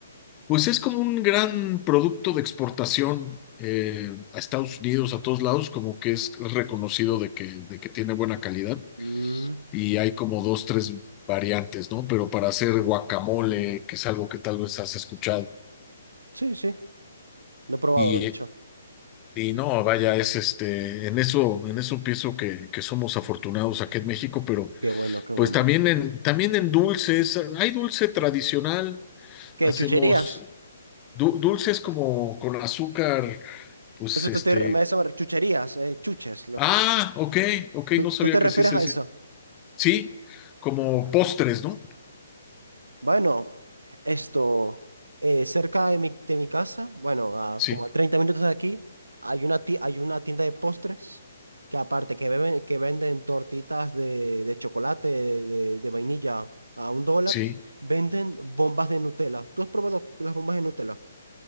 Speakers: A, on the left (about 25°); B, on the right (about 80°).
A: Pues es como un gran producto de exportación eh, a Estados Unidos, a todos lados, como que es reconocido de que, de que tiene buena calidad
B: Mm,
A: y hay como dos, tres variantes, ¿no? Pero para hacer guacamole, que es algo que tal vez has escuchado,
B: sí, sí, lo he probado,
A: y,
B: de
A: eh,
B: hecho.
A: y no, vaya, es este, en eso, en eso pienso que, que somos afortunados aquí en México, pero
B: Qué bueno, qué bueno.
A: pues también en, también en dulces, hay dulce tradicional,
B: ¿Qué,
A: hacemos
B: chucherías?
A: du- dulces como con azúcar pues
B: Eso
A: este,
B: te, estoy re- me- eso me- chucherías, eh, chuches. Lo
A: Ah,
B: que-
A: ok, ok,
B: ¿tú,
A: no sabía
B: tú te
A: que
B: refieres
A: así se
B: a
A: decía.
B: eso?
A: Sí, como postres, ¿no?
B: Bueno, esto, eh, cerca de mi, de mi casa, bueno, a
A: Sí,
B: como a 30 minutos de aquí, hay una, ti- hay una tienda de postres que aparte que, beben- que venden tortitas de, de chocolate, de, de- de vainilla a un dólar,
A: sí,
B: venden bombas de Nutella. ¿Tú has probado las bombas de Nutella?